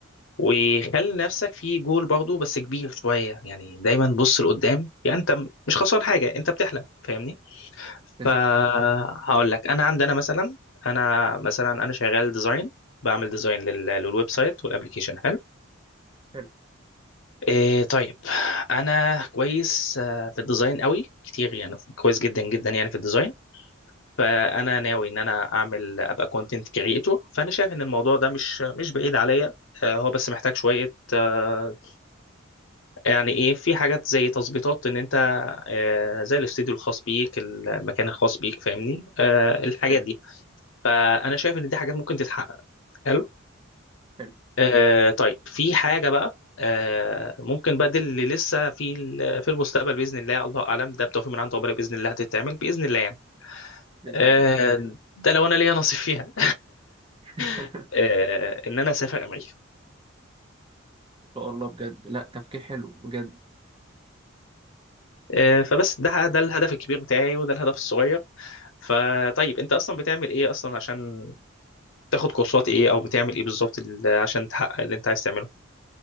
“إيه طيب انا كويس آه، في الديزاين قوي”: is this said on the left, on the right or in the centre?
Left